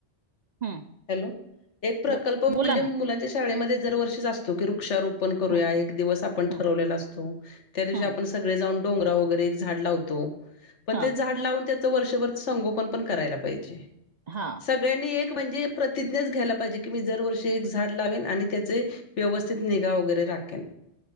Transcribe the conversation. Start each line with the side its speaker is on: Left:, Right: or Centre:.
Right: हं,
Left: हॅलो, एक प्रकल्प
Right: बोल
Left: म्हणजे
Right: बोला ना.
Left: मुलांच्या शाळे मध्ये दरवर्षीच असतो की वृक्ष रोपण करूया
Right: हं,
Left: एक दिवस आपण ठरवलेला
Right: हं,
Left: असतो त्यादिवशी
Right: हं.
Left: आपण सगळे जाऊन डोंगरा वगैरे झाड लावतो, पण
Right: हां,
Left: ते झाड लावून त्याचं वर्षभर संगोपन पण करायला पाहिजे
Right: हां,
Left: सगळ्यांनी एक म्हणजे प्रतिज्ञाच घ्यायला पाहिजे की मी दरवर्षी एक झाड लावेन आणि त्याचे व्यवस्थित निगा वगैरे राखेन.